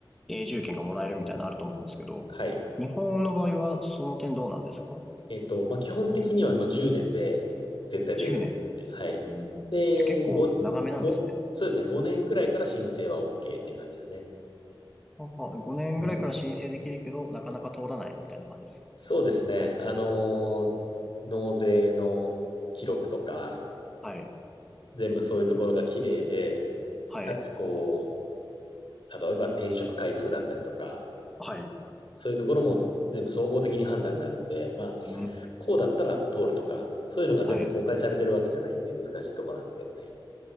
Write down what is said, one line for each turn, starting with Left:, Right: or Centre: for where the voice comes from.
Centre: 永住権がもらえるみたいなのあると思うんですけど、
Left: はい。
Centre: 日本の場合はその点どうなんですか
Left: えっと、まあ、基本的にはもう10年で絶対出るって。
Centre: ?10 年。
Left: はい。
Centre: うんじゃあ結構長めなんですね。
Left: で、5、5、そうですね、5年くらいから申請は OK っていう感じですね。
Centre: ああ、5年ぐらいから申請できるけど、
Left: うん。
Centre: なかなか通らないみたいな感じですか
Left: そうですね。あの
Centre: うん
Left: ー納税の記録とか、
Centre: はい、
Left: 全部そういうところが綺麗で、
Centre: はい、
Left: かつこう、例えば転職回数だったりとか、
Centre: はい、
Left: そういうところも全部総合的に判断になるんで、まあ、
Centre: うん、
Left: こうだったら通るとか、そういうのが全部公開されてるわけじゃないんで難しいとこなんですけどね。
Centre: はい。